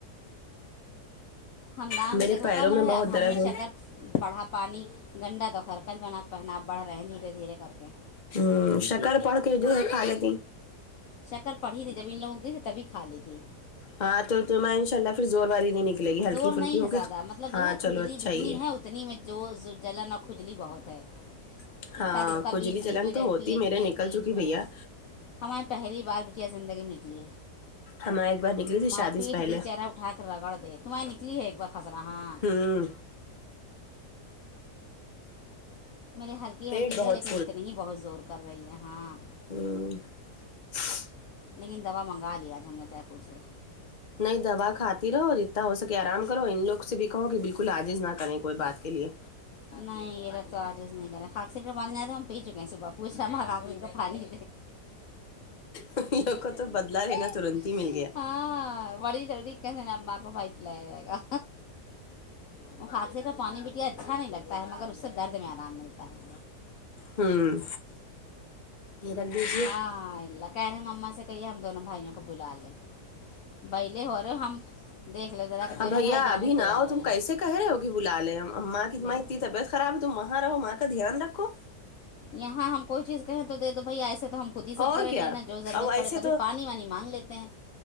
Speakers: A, on the left (about 65°); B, on the left (about 40°).
A: ہمدان
B: میرے
A: کے دیکھو
B: پیروں
A: کم
B: میں
A: رہے
B: بہت
A: اب
B: درد
A: ہم نے
B: ہو
A: شکر <inaudible> پڑھا پانی گنڈا دو خرکل بنا پہنا بڑھ رہے ہیں دھیرے دھیرے کر کے <inaudible>
B: ہ شکر پڑ کے جو ہے کھا لیتی
A: چکر پڑی تھی جب ان لوگ تھے تھے تبھی کھا لی تھی
B: ہاں تو میں ان شاء اللہ پھر زور وار ہی نہیں نکلے گی ہلکی
A: زور
B: پھلکی
A: نہیں
B: ہو
A: ہے زیادہ
B: کے
A: مطلب
B: ہاں
A: جو ہے
B: چلو
A: کھجلی
B: اچھا
A: جتنی
B: ہی ہے
A: اتنی میں جو جلن کھجلی بہت ہے اکا
B: ہاں
A: دککا
B: کھجلی
A: بیچ
B: جلن
A: بیچ میں
B: تو
A: ج
B: ہوتی
A: پیٹ
B: میرے
A: میں
B: نکل
A: پیٹ
B: چکی
A: میں
B: بھیا
A: <inaudible> ہماری پہلی بار بٹیا زندگی میں نکلی ہے
B: ہم ایک بار نکلی تھی
A: مار
B: شادی
A: پیٹ
B: سے پہلے
A: دل چرہ اٹھا کر رگڑ دے تمہیں نکلی ہے ایک بار خسرا ہاں
B: ہین <inaudible>
A: میرری ہلکی
B: پیٹ
A: ہلکی
B: بہت
A: ہے لیکن اتنی ہی بہت زور کر رہی ہے ہاں
B: ہ <inaudible>
A: لیکن دوا منگا لیا آج ہم نے طے پور سے
B: نہیں دوا کھاتی رہو جتنا ہو سکے آرام کرو ان لوگ سے بھی کہو کہ بالکل کللاجز نہ کریں کوئی بات کے لیے
A: نہیں یہیرب تو آجز نہیں کرے کاااکصر کے بارنے آد ہم پی چکے ہیں صبح پوھ رہایر کا <inaudible> پانی
B: ان لوگ کو
A: <inaudible>
B: تو بدلہ لینا ترنت ہی مل گیا
A: ہاں بڑی جلدی کہ نے اا کو پائ پ ل ج گا وہ حادثے کا پانی بٹیا اچھا نہیں لگتا ہے مگر اس سے درد میں آرام ملتا ہے
B: ہوں یہ رکھ دیجیے
A: ہ <inaudible> کہہے ہیں اما سے کہیے ہم دونوں بھائیوں کو بلا لیں بہلے ہو رہے ہو ہم دیکھ لو ذرا کہ دونوں
B: ا بھیا
A: بھائی جانے
B: ابھی
A: کو تیار
B: نہ ہو
A: بیٹھے
B: تم کیسے
A: ہیں
B: <inaudible> کہہ رہے ہو کہ بلا لے ہم ماں کیاں
A: دیکھو
B: اتنی طبیعت خراب ہے تم وہاں رہو ماں کا دھیان رکھو
A: یہاں ہم کوئی چیز کہیں تو دے دو بھیا ایسے تو ہم خود ہی سب
B: اور
A: کریں
B: کیا
A: لینا جو ضرورت
B: اب
A: پڑے
B: ایسے
A: کبھی
B: تو
A: پانی وانی مانگ لیتے ہیں